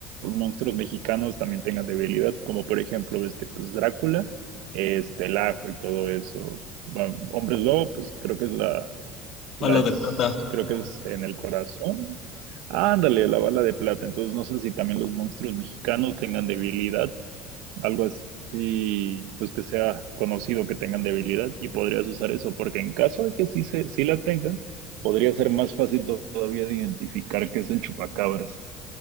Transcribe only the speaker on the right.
monstruos mexicanos también tengan debilidad, como por ejemplo ves que pues Drácula, este, el Ajo y todo eso, bueno, Hombres Lobo, pues creo que es la, la
es,
creo que es en el corazón, ándale, la bala de plata, entonces no sé si también los monstruos mexicanos tengan debilidad algo así, pues que sea conocido que tengan debilidad y podrías usar eso, porque en caso de que sí, se, sí la tengan, podría ser más fácil to- todavía de identificar que es el chupacabras.